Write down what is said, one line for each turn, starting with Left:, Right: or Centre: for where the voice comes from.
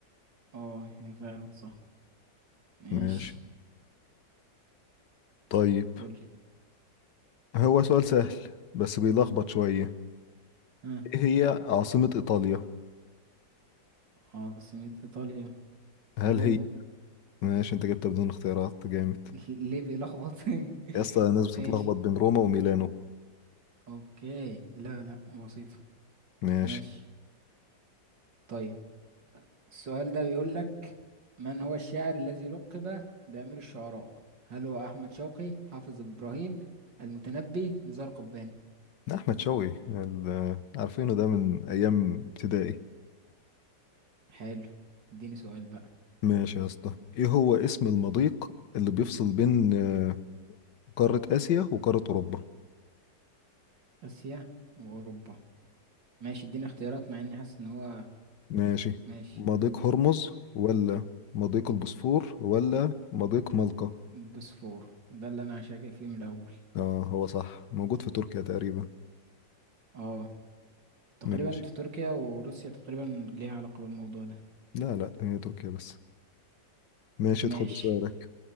Right: اه هي فعلا صح ماشي
Left: ماشي طيب
Right: قولي
Left: هو سؤال سهل بس بيلخبط شويه
Right: ها
Left: ايه هي عاصمة ايطاليا
Right: عاصمة إيطاليا
Left: هل
Right: روما
Left: هي ماشي انت جبتها بدون اختيارات جامد
Right: <laughs> ليه بيلخبط <laughs>
Left: يا اسطى الناس بتتلخبط
Right: ماشي
Left: بين روما وميلانو
Right: اوكي لا لا بسيطة
Left: ماشي
Right: ماشي طيب السؤال ده بيقول لك من هو الشاعر الذي لقب بأمير الشعراء هل هو أحمد شوقي حافظ إبراهيم المتنبي نزار قباني
Left: ده احمد شوقي ال- عارفينه ده من ايام ابتدائي
Right: حلو اديني سؤال بقى
Left: ماشي يا اسطى ايه هو اسم المضيق اللي بيفصل بين آه، قارة اسيا وقارة اوروبا
Right: آسيا وأوروبا ماشي اديني اختيارات مع إني حاسس إن هو
Left: ماشي
Right: ماشي
Left: مضيق هرمز ولا مضيق البوسفور ولا مضيق ملقا
Right: بوسفور ده اللي أنا شاكك فيه من الأول
Left: اه هو صح موجود في تركيا تقريبا
Right: اه تقريبا
Left: ماشي
Right: في تركيا وروسيا تقريبا ليها علاقة بالموضوع ده
Left: لا لا هي تركيا بس ماشي
Right: ماشي
Left: ادخل بسؤالك